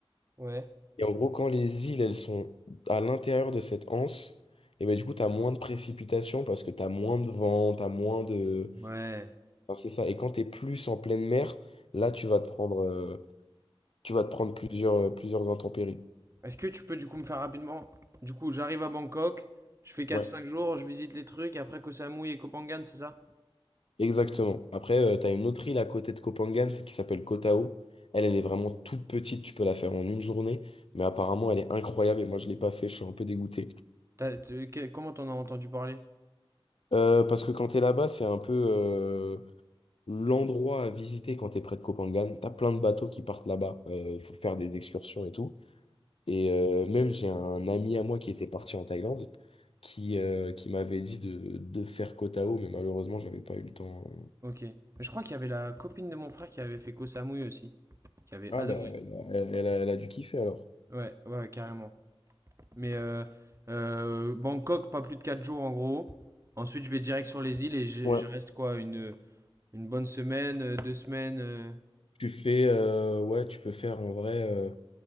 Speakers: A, on the right; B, on the left.
A: Ouais.
B: Et en gros, quand les îles, elles sont à l'intérieur de cette anse, et ben du coup, t'as moins de précipitations parce que t'as moins de vent, t'as moins de...
A: Ouais.
B: Enfin, c'est ça. Et quand t'es plus en pleine mer, là, tu vas te prendre, euh, tu vas te prendre plusieurs, euh, plusieurs intempéries.
A: Est-ce que tu peux du coup me faire rapidement? Du coup, j'arrive à Bangkok, je fais quatre
B: Ouais.
A: cinq jours, je visite les trucs, et après Koh Samui et Koh Phangan, c'est ça?
B: Exactement. Après, tu as une autre île à côté de Kopangan, c'est qui s'appelle Koh Tao. Elle, elle est vraiment toute petite, tu peux la faire en une journée, mais apparemment, elle est incroyable et moi, je l'ai pas fait, je suis un peu dégoûté.
A: T'as- t'es- que- comment t'en as entendu parler?
B: Euh, parce que quand t'es là-bas, c'est un peu euh, l'endroit à visiter quand t'es près de Kopangan. Tu as plein de bateaux qui partent là-bas, il faut faire des excursions et tout. Et euh, même, j'ai un ami à moi qui était parti en Thaïlande, qui, euh, qui m'avait dit de, de faire Koh Tao, mais malheureusement, j'avais pas eu le temps. euh.
A: Ok. je crois qu'il y avait la copine de mon frère qui avait fait Koh Samui aussi, qui avait
B: Ah
A: adoré.
B: bah, elle a elle a- elle a dû kiffer alors.
A: Ouais, ouais, ouais, carrément. Mais euh, euh, Bangkok, pas plus de 4 jours en gros. Ensuite, je vais direct sur les îles et je,
B: Ouais.
A: je reste quoi, une, une bonne semaine, euh, deux semaines. euh,
B: Tu fais, euh, ouais, tu peux faire en vrai, euh,